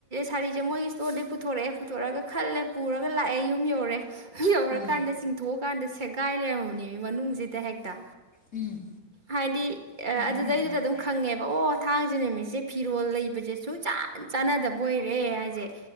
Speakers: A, on the right; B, on the left.
A: ꯁꯥꯔꯤꯁꯦ ꯃꯣꯏꯒꯤ ꯏꯁꯇꯣꯔꯗꯩ ꯄꯨ ꯄꯨꯊꯣꯔꯛꯑꯦ ꯄꯨꯊꯣꯔꯛꯒ ꯈꯜꯂꯦ ꯄꯨꯔꯒ ꯂꯥꯛꯑꯦ ꯌꯨꯝ ꯌꯧꯔꯦ ꯌꯧꯔꯀꯥꯟꯗ
B: ꯎꯝ
A: ꯆꯤꯡꯊꯣꯛꯑꯀꯥꯟꯗ ꯁꯤ ꯁꯦꯒꯥꯏ ꯂꯩꯔꯝꯃꯕꯅꯦ ꯃꯤ ꯃꯅꯨꯡꯁꯤꯗ ꯍꯦꯛꯇ
B: ꯎꯝ
A: ꯍꯥꯏꯗꯤ ꯑꯦ
B: ꯃꯤꯅꯤꯠ
A: ꯑꯗꯨꯗꯩꯗꯨꯗ
B: ꯑꯍꯨꯝꯗ ꯉꯥꯏꯔꯦ
A: ꯑꯗꯨꯝ ꯈꯪꯉꯦꯕ ꯑꯣ ꯊꯥꯡꯖ ꯅꯨꯃꯤꯠꯁꯦ ꯐꯤꯔꯣꯜ ꯂꯩꯕ ꯕ꯭ꯔꯥꯖꯦꯁꯣꯔ ꯌꯥꯝ ꯆꯥꯟꯅꯗꯕ ꯑꯣꯏꯔꯦ ꯍꯥꯏꯁꯦ